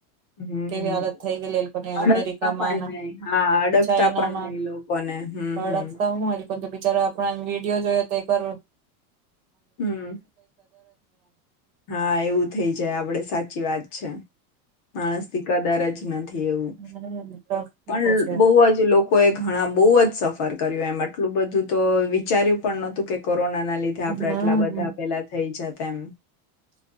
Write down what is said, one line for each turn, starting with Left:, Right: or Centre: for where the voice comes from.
Left: હમ
Right: કેવી હાલત થઈ ગયલી. એ
Left: અડગતા
Right: અમેરિકામાંના
Left: પણ નહી હા અડગતા
Right: ચાઈનામાં
Left: પણ નહી લોકોને હમ
Right: સડકતા
Left: હમ
Right: હોય એ બિચારા આપ વિડીયો જો તો એક કર
Left: હમ્મ. હા એવું થઇ જાય આપડે સાચી વાત છે. માણસ થી કદાર જ નથી. એવું
Right: હમ તો
Left: પણ
Right: છે
Left: બહુજ લોકો એ ઘણા બહુજ સફર કર્યું એમ આટલું બધું. તો વિચાર્યું પણ નતું કે કો રોના ના લીધે આપણે
Right: હમ
Left: એટલા બધા પેલા થઈ જાત તેમ.